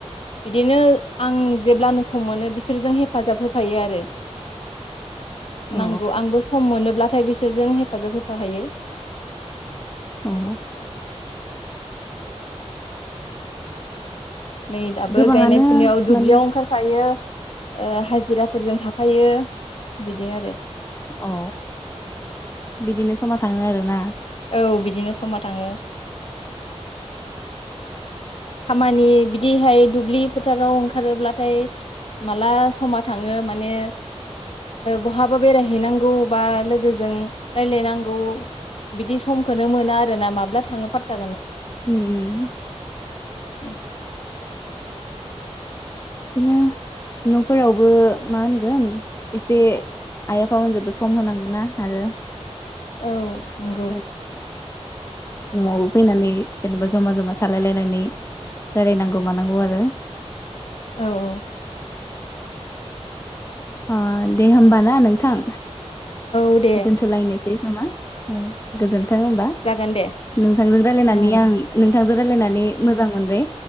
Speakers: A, on the left (about 55°); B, on the left (about 25°).
A: बिदिनो आं जेब्लानो सम मोनो बिसोरजों हेफाजाब होफायो आरो।
B: औ
A: नंगौ आंबो सम मोनोब्ला थाइ बिसोरजों हेफाजाब होफा हायो।
B: अह।
A: नै दाबो
B: गोबाङानो
A: गायनाय फुनायाव दुब्लियाव
B: माने
A: ओंखारफायो हाजिराफोरजों थाफायो बिदि आरो।
B: औ बिदिनो समा थाङो आरो ना?
A: औ बिदिनो समा थाङो। खामानि बिदिहाय दुब्लि फोथाराव ओंखारोब्लाथाय माला समा थाङो माने बहाबा बेरायहैनांगौ बा लोगोजों रायलायनांगौ बिदि समखौनो मोना आरो ना माब्ला थाङो फाथ्था
B: उम उम।
A: <inaudible>
B: बिदिनो न'फोरावबो मा होनगोन एसे आइ आफामोनजोंबो सम होनांगौना आरो
A: औ नंगौ
B: <unintelligible> न'आवबो फैनानै जेनेबा जमा जमा थालायलायनानै रायलायनांगौ मानांगौ आरो
A: औ औ।
B: ओ दे होमबा ना नोंथां।
A: औ दे
B: दोनथलायनो सै नामा उम गोजोन थों होमबा
A: जागोन दे
B: नोंथांजों रायलायनानै
A: ओं
B: आं नों थांजों रायलायनानै मोजां मोनबाय